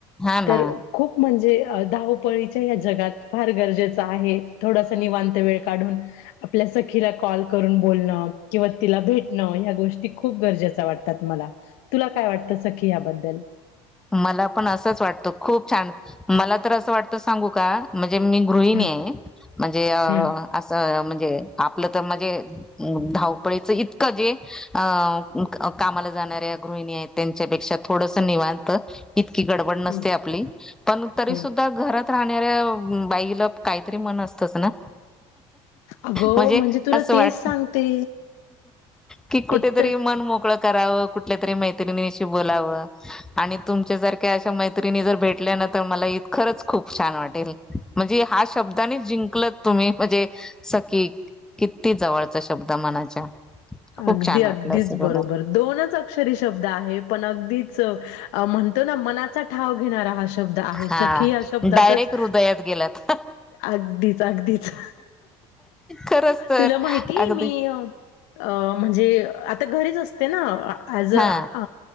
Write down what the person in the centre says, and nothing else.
हा
ना
मला पण असंच वाटतं खूप छान मला तर असं वाटतं सांगू का म्हणजे े मी गृहिणी
आहे म्हणजे
असं आपलं तर म्हणजे धावपळीच इतकं जे का ऱ्या गृहिणी आहेत त्यांच्यापेक्षा थोडस निवा इतकी गडबड नसते
आपली पण तरी
सुद्धा घरात राहणाऱ्या बाईला काहीतरी मन असतच ना
म्हणजे
असं
वाटत
की कुठेतरी
मन मोकळत करावं कुठल्या तरी मैत्रिणीशी बोलावं आणि तुमच्या जारख्या अशा मैत्रिणी जर भेटल्या ना तर मला इत खरंच खूप छान वाटेल म्हणजे हा शब्दानीच जिंकल तुम्ही म्हणजे सकीी किती जवळचा शब्द मनाच्या खूप
छान वाटलं
असं मला
हा
डायरेक्ट हृदयात गेलात
खरंच तर
अगदी
हा